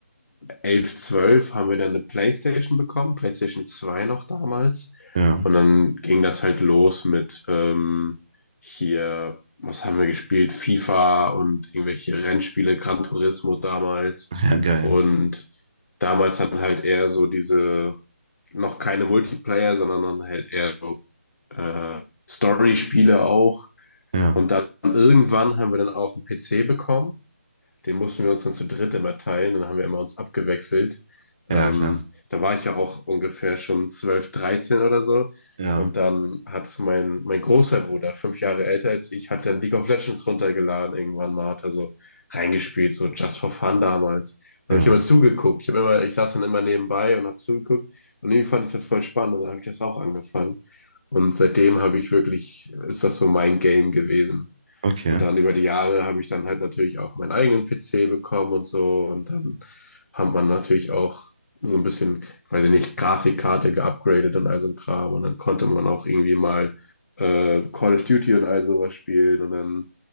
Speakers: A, on the left; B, on the right.
A: 11, 12 haben wir dann eine PlayStation bekommen, PlayStation zwei noch damals.
B: ja.
A: Und dann ging das halt los mit ähm, hier, was haben wir gespielt? FIFA und irgendwelche Rennspiele, Gran Turismo damals.
B: <laughs> Ja, geil.
A: Und damals dann halt eher so diese, noch keine Multiplayer, sondern dann halt eher so äh, Story-Spiele auch.
B: Ja,
A: Und dann irgendwann haben wir dann auch einen PC bekommen. Den mussten wir uns dann zu dritt immer teilen. Dann haben wir immer uns abgewechselt.
B: ja,
A: Ähm,
B: klar.
A: da war ich ja auch ungefähr schon 12, 13 oder so.
B: Ja,
A: Und dann hat mein, mein großer Bruder, fünf Jahre älter als ich, hat dann League of Legends runtergeladen irgendwann mal, hat er so reingespielt, so just for fun damals. Da
B: ja.
A: habe ich immer zugeguckt. Ich habe immer, ich saß dann immer nebenbei und habe zugeguckt. Und irgendwie fand ich das voll spannend und dann habe ich das auch angefangen. Und seitdem habe ich wirklich, ist das so mein Game gewesen.
B: Okay.
A: Und dann über die Jahre habe ich dann halt natürlich auch meinen eigenen PC bekommen und so. Und dann hat man natürlich auch so ein bisschen, weiß ich nicht, Grafikkarte geupgradet und all so ein Kram. Und dann konnte man auch irgendwie mal äh, Call of Duty und all sowas spielen. Und dann,